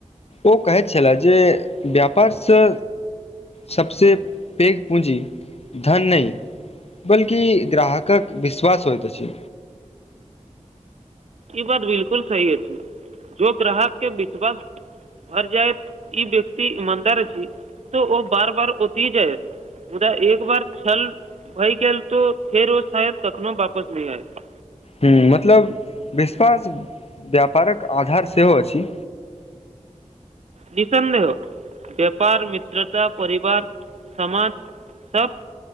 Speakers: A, on the left; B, on the right.
A: ओ कहैत छला जे व्यापारसँ सबसँ पैघ पूँजी धन नहि बल्कि ग्राहकक विश्वास होइत अछि
B: ई बात बिलकुल सही अछि जो ग्राहक के विश्वास भर जायत ई व्यक्ति ईमानदार अछि तऽ ओ बार बार ओत ही जायत मुदा एक बार छल भय गेल तो फेर ओ शायद कखनो वापस नहि आयत
A: ह मतलब विश्वास व्यापारक आधार सेहो अछि
B: निःसन्देह व्यापार मित्रता परिवार समाज सब